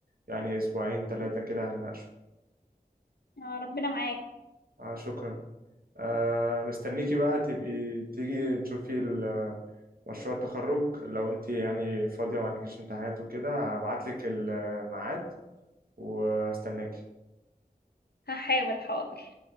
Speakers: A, on the right; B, on the left.
A: يعني أسبوعين تلاتة كده هنناقشه
B: آه ربنا معاك
A: آه، شكرا آه، مستنيكي بقى تبقي تيجي تشوفي ال- مشروع التخرج لو انت يعني فاضية وما عندكيش امتحانات وكده هبعتلك الميعاد وهستناكي
B: هحاول حاضر